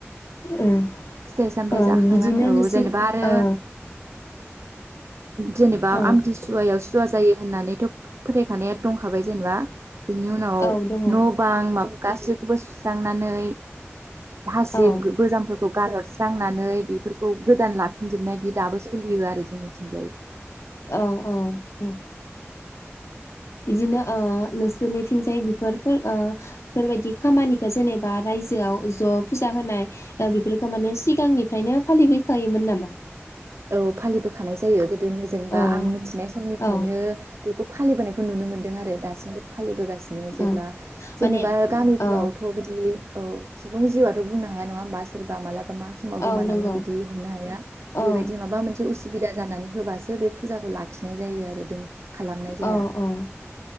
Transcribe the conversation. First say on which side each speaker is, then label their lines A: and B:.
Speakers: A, on the left; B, on the right.
A: उम
B: फिथाइ सामथाय
A: ओ
B: जाखांनानै
A: बिदिनो
B: औ
A: नोंसोर
B: जेनेबा आरो
A: ओ
B: जेनेबा
A: औ
B: आमथि सुवायाव सुवा जायो होननानैथ' फोथायखानाया दंखाबाय जेनेबा बेनि उनाव
A: औ दङ औ
B: न' बां गासैखौबो सुस्रांनानै हासिब
A: औ
B: गोजामफोरखौ गारहरस्रांनानै बेफोरखौ गोदान लाफिनजोबनाय बिब दाबो सोलियो आरो जों मिथिंजाय।
A: औ औ औ। बिदिनो ओ नोंसोरनिथिंजाय बेफोरफोर ओ बेफोरबायदि खामानिखौ जेनेबा रायजोआव ज' फुजा होनाय। ओ बेफोरखौ माने सिगांनिफ्रायनो फालिबोयखायोमोन नामा?
B: औ फालिबोखानाय जायो गोदोनि जेनेबा
A: औ
B: आं मिथिनाय समनिफ्रायनो
A: औ
B: बेखौ फालिबोनायखौ नुनो मोनदों आरो दासिमबो फालिबोगासि नो जेब्ला
A: औ माने
B: जेनेबा गामिफ्रावथ'
A: औ
B: बिदि औ सुबुं जिउआथ' बुंनो हाया नङा होमबा सोरबा माला ब्ला मा समाव गोमालाङो
A: औ नंगौ
B: बिदि हमनो हाया बेबायदि
A: औ
B: माबा मोनसे उसु बिदा जानानै होबासो बे फुजाखौ लाखिनाय जायो आरो दों खालामनाय जाया।
A: औ औ